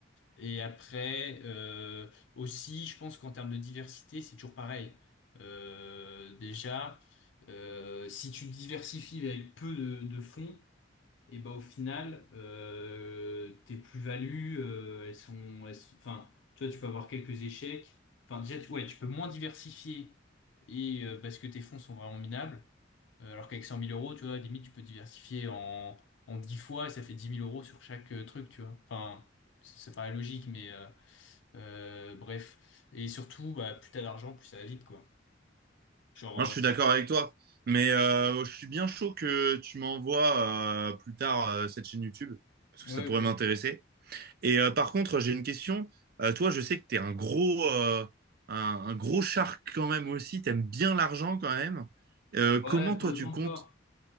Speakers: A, on the left; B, on the right.
A: et après euh, aussi je pense qu'en termes de diversité c'est toujours pareil Euh, déjà euh, si tu diversifies avec peu de, de fonds et bah au final, euh, tes plus-values, euh, elles sont, elles sont- enfin, tu vois, tu peux avoir quelques échecs. Enfin, déjà, tu, ouais, tu peux moins diversifier et euh, parce que tes fonds sont vraiment minables. Euh, alors qu'avec cent mille euros, tu vois, limite, tu peux diversifier en, en 10 fois, ça fait dix mille euros sur chaque euh, truc, tu vois. Enfin, c- ça paraît logique, mais euh, euh, bref. Et surtout, bah, plus t'as d'argent, plus ça va vite, quoi. Genre,
B: Non, je
A: euh,
B: suis d'accord avec toi. Mais euh, je suis bien chaud que tu m'envoies euh, plus tard euh, cette chaîne YouTube, parce que
A: Ouais,
B: ça pourrait
A: ok.
B: m'intéresser. Et euh, par contre, j'ai une question. Euh, toi, je sais que tu es un gros, euh, un, un gros shark quand même aussi. Tu aimes bien l'argent quand même. Euh, comment
A: ouais,
B: toi,
A: pas autant
B: tu comptes?
A: que toi.